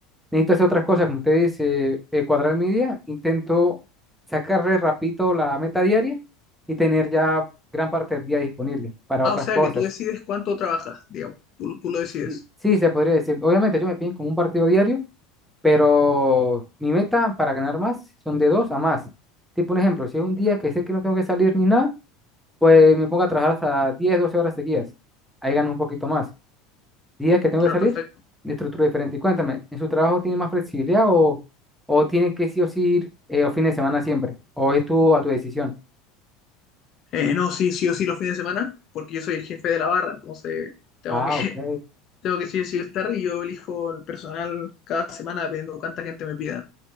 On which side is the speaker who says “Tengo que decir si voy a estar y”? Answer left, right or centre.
Left